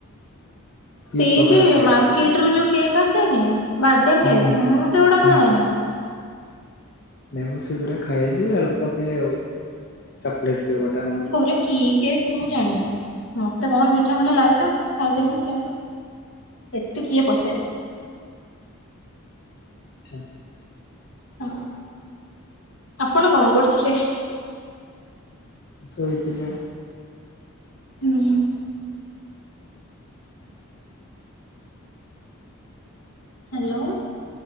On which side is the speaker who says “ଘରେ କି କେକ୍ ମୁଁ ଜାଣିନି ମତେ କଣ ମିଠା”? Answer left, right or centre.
Left